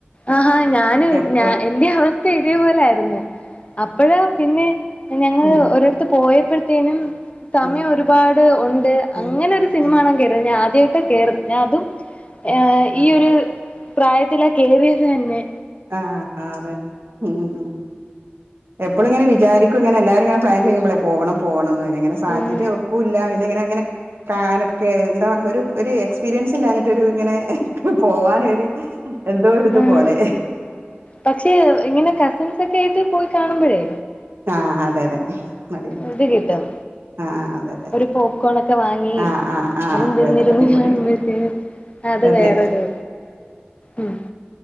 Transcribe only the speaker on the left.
ആഹാ ഞാനും
ഞ എന്റെ അവസ്ഥ ഇതേപോലെ ആന്ന് അപ്പോഴാ പിന്നെ ഞങ്ങൾ
ഒരിടത്ത് പോയപ്പോഴത്തേനും സമയം
ഒരു രുപാട് ഒണ്ട് അങ്ങനെ
ഒരു സിനിമകാണാൻ
കേയറിയത ഞാൻ ആദ്യായിട്ട കേറിന്ന് ഞാൻ അതും ഏഹ്
ഈയൊരു പ്രായത്തിലാ കേറിയത് തന്നെ
ഉം
ഉം
പക്ഷെ ഏഹ് ഇങ്ങനെ കസിൻസ് ഒക്കെ ആയിട്ട് പോയി കാണുമ്പഴേ
ഇത് കിട്ടും
ഒരു പോപ്കോണൊക്കെ വാങ്ങി
അതും
തരുന്നിരുന്നു
കാണുമ്പഴത്തേനും അത്
വേറൊരു ഉം